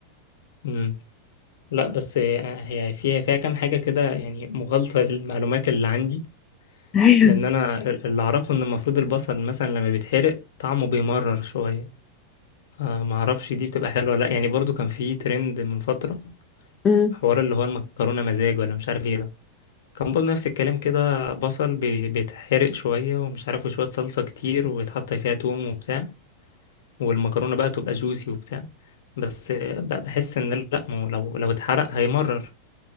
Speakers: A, on the left; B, on the left.
A: امم لا بس هي فيها فيها كام حاجة كده يعني مغالطة للمعلومات اللي عندي
B: ايوه
A: لأن أنا اللي أعرفه إن المفروض البصل مثلا لما بيتحرق طعمه بيمرر شوية فمعرفش دي بتبقى حلوة ولا لأ يعني برضو كان في ترند من فترة
B: <laughs> أمم.
A: حوار اللي هو المكرونة مزاج ولا مش عارف ايه ده كان برضه نفس الكلام كده بصل بي- بيتحرق شوية ومش عارف وشوية صلصة كتير ويتحط فيها توم وبتاع والمكرونة بقى تبقى جوسي وبتاع بس ب- بحس ان لا ما هو لو لو اتحرق هيمرر